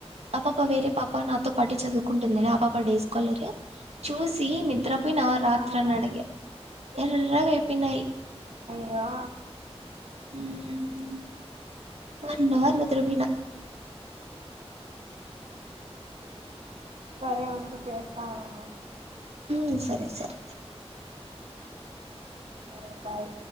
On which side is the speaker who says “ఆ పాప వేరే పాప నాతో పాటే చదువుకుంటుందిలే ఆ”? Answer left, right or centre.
Right